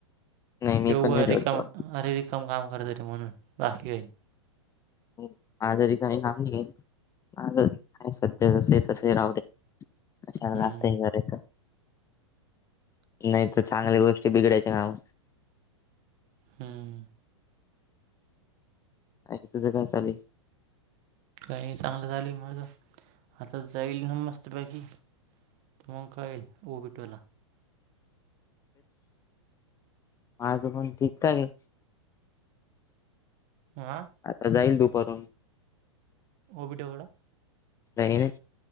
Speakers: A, on the left; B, on the right.
A: नाही मी
B: ते उग
A: पण नाही ठेवत
B: रिकामा
A: एवढं.
B: चम काम करतरी म्हणून बाकी घईन.
A: <inaudible> आजारी काही काम नाहीज सध्या जसे तसे राह दे आश्यांना
B: हम्म
A: जास्त हे करयचा नाही. नाही तर चांगल्या गोष्टी बिघडायच्या कामा
B: हम्म.
A: अ तुझं काय चालेल.
B: काही नाही चांगलं झालं माझ आताच जाईल ना मस्त बाैकी. त मग कायळेल बिटोला
A: माझ पण ठीकठाक आहे.
B: हं.
A: आता जाईल दुपारून.
B: ओबिटो कड.
A: नाहीईने.